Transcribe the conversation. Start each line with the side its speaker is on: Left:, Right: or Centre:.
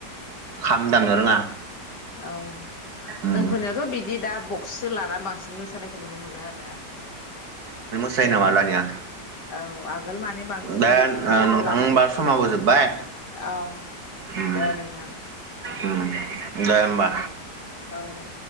Right: खामदांनो रोङा
Left: औ
Right: ओम
Left: जोंफोरनियावथ' बिदि दा बक्ससो ला ना बांसिन मोसानायखौ नुनो मोनो आरो आथिखालाव।
Right: सायो नामा दानिया?
Left: औ आगोल माने बांसिन
Right: दा
Left: बिदि
Right: ओ
Left: टबला
Right: नोंथां होमबा
Left: बिदि
Right: समाबो जोब्बाय
Left: औ
Right: ओम
Left: दे नोंथां
Right: ओम दे होमबा
Left: औ दे।